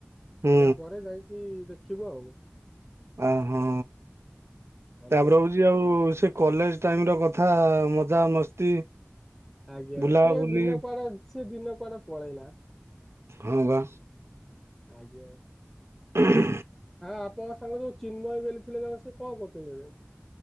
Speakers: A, on the right (about 65°); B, in the centre.
A: ହୁଁ
B: ହେଲା ପରେ ଯାଇକି ଦେଖିବୁ ଆଉ।
A: ଆ ହଁ
B: ଆଜ୍ଞା
A: ତାପରେ ହଉଛି ଆଉ ସେ କଲେଜ ଟାଇମ ର କଥା ମଜା ମସ୍ତି
B: ଆଜ୍ଞା
A: ବୁଲା
B: ସିଏ
A: ବୁଲି
B: ଦିନ କୁଆଡେ ସିଏ ଦିନ କୁଆଡେ ପଳେଇଲା।
A: ହଁ ବା
B: ଆଜ୍ଞା
A: ହୁଁ
B: ହଁ ଆପଣଙ୍କ ସାଙ୍ଗରେ ଯୋଉ ଚିନ୍ମୟ ବେଲି ଥିଲେ ଜଣେ ସେ କଣ କରୁଚନ୍ତି ଏବେ?